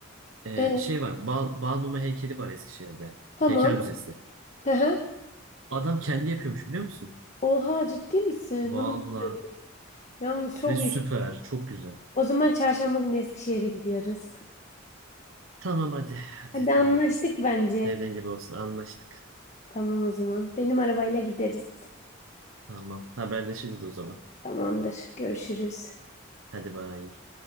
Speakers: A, on the right (about 80°); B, on the left (about 35°).
A: Ee,
B: E,
A: şey var. Bal, Balmumu heykeli var Eskişehir'de.
B: tamam.
A: Heykel müzesi.
B: Hı
A: Adam kendi yapıyormuş biliyor musun?
B: Oha ciddi misin?
A: Valla.
B: Bunu bilmiyordum. Yalnız çok
A: Ve süper.
B: iyi.
A: Çok güzel.
B: O zaman çarşamba günü Eskişehir'e gidiyoruz.
A: Tamam hadi. Hadi
B: Hadi
A: tamam.
B: anlaştık bence.
A: Dediğin gibi olsun. Anlaştık.
B: Tamam o zaman. Benim arabayla gideriz.
A: Tamam. Haberleşiriz o zaman.
B: Tamamdır. Görüşürüz.
A: Hadi bay.